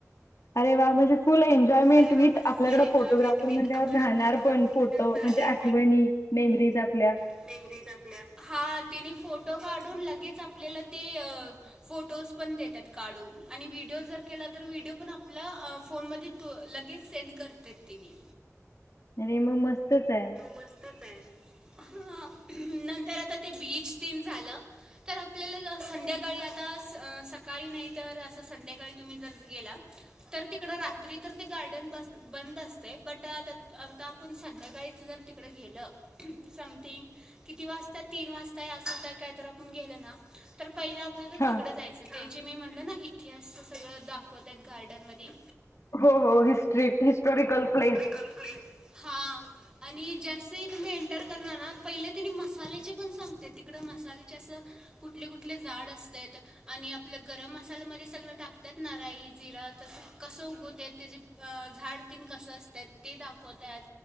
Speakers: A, on the left; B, on the right.
A: अरे वा म्हणजे फुल एंज एन्जॉयमेंट
B: अरे वा
A: विथ
B: म्हणजे
A: आपल्याकडे
B: फुल एन्जॉयमेंट
A: फोटोग्राफर
B: विथ
A: म्हणल्यावर
B: आपल्याकडे
A: राहणार
B: फोटोग्राफर
A: पण फोटो
B: राहणार
A: म्हणजे आठवणी. मेमरीज आपल्या.
B: <inaudible> तल्या हा तिने फोटो काढून लगेच आपल्याला ते. फोटोज पण देतात काढून आणि व्हिडिओ जर केला तर व्हिडिओ पण आपला अ फोनमध्ये तू लगेच सेंड करतेत तेनी.
A: अरे मग मस्तच आहे.
B: मस्तच आहे. ह <unintelligible> नंतर आता ते बीच तेन झालं. तर आपल्याला संध्याकाळी आता स अं सकाळी नाही तर असं संध्याकाळी तुम्ही जर गेला. तर तिकडं रा तरी तर ते गार्डन बस बंद असते बट आता आता आपण संध्याकाळीच जर तिकड गेलं. समथिंग किती वाजता तीन वाजता अस तर काय तर आपण गेलं ना तर पहिला आपल्याला
A: हां.
B: तिकडं जायचं ते जे मी म्हणलं ना इतिहास सगळं दाखवतात गार्डन मधी.
A: हो हो हिस्ट्री हिस्टॉरिकल प्लेस.
B: <unintelligible> प्लेस हा. आणि जस् तुम्ही एंटर करणार ना पहिले तिने मसाल्याचे पण सांगते तिकडं मसाल्याचे असं. कुठले कुठले झाड असतेत. आणि आपलं गरम मसाल्यामध्ये सगळं टाकतात ना राई जिरा तसं कसं उगवतेत. त्याचे अं झाड तीन कसं असतात ते दाखवत्यात.